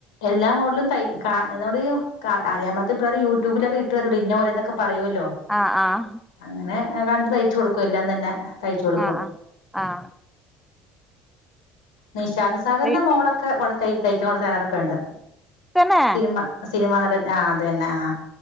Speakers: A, on the left; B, in the centre.
A: എല്ലാ മോഡലും തൈ കാ <unintelligible> അറിയാമ്പത്തേ പേർ യൂട്യൂബിലൊക്കെ ഇട്ട് തരുലൊ ഇന്ന പോലെന്നൊക്കെ പറയു ല്ലോ.
B: ആഹ് ആഹ്
A: അങ്ങനെ കണ്ട് തയ്ച്ചു കൊടുക്കു എല്ലാം തന്നെ. തയ്ച്ചു കൊടുക്കും
B: ആഹ് ആഹ് ആഹ്
A: നിശാന്തസാഗറിന്റെ
B: ഫ്രീ
A: മോളൊക്കെ ഇവിടെ തയ് തയ്ക്കാവിടെ തരാറൊക്കെണ്ട്.
B: തന്നെ
A: സിനിമ സ് സിനിമാ നടൻ ആഹ് അതന്നെ ആഹ്